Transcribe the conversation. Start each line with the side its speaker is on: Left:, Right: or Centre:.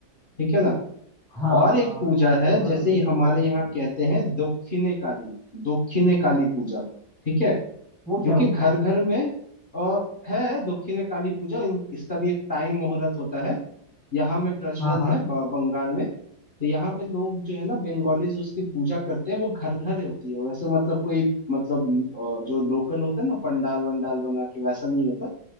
Left: ठीक है ना
Centre: हाँ
Left: और एक पूजा
Centre: रात
Left: है
Centre: को बारह
Left: जैसे
Centre: बजे
Left: ही
Centre: के
Left: हमारे
Centre: बाद होती
Left: यहाँ
Centre: है
Left: कहते हैं दक्षिणे काली दक्षिणे काली पूजा ठीक है
Centre: वो
Left: जो
Centre: क्या
Left: कि
Centre: होता
Left: घर
Centre: है
Left: घर में आ, है दक्षिणे काली पूजा इन- इसका भी एक टाइम मुहूर्त होता है यहाँ में प्रचलन
Centre: हाँ हाँ
Left: है ब- बंगाल में तो यहाँ पे लोग जो है ना बंगालीज उसकी पूजा करते हैं वो घर घर होती है वैसे मतलब कोई मतलब अ, जो लोकल होता है ना पंडाल वंडाल बना के वैसा नहीं होता